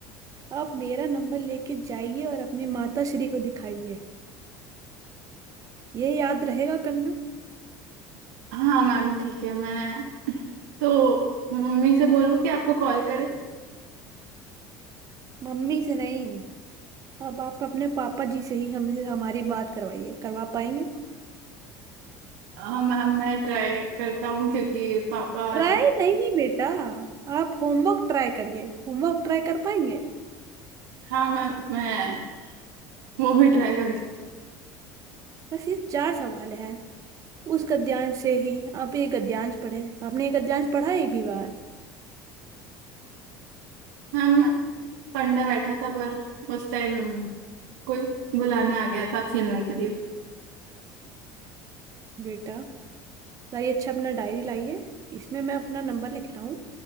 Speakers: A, on the right; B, on the right.
A: आप मेरा नंबर लेके जाइए और अपनी माता श्री को दिखाइए ये याद रहेगा करना
B: हाँ मैम ठीक है मैं तो मम्मी से बोलूँ कि आपको कॉल करे
A: मम्मी से नहीं अब आप अपने पापा जी से ही हमसे हमारी बात करवाइए करवा पाएंगे
B: हाँ मैम मैं ट्राई करता हूँ क्योंकि पापा
A: ट्राई
B: ऐसे
A: नहीं बेटा आप होमवर्क ट्राई करिए होमवर्क ट्राई कर पाएंगे
B: हाँ मैम मैं वो भी ट्राई करके
A: बस ये चार सवाल हैं उस गद्यांश से ही आप ये गद्यांश पढ़े आपने ये गद्यांश पढ़ा एक भी बार
B: मैम मैं पढ़ने बैठा था पर उस टाइम कोई बुलाने आ गया था खेलने के लिए
A: बेटा लाइए अच्छा अपना डायरी लाइए इसमें मैं अपना नंबर लिख रहा हूँ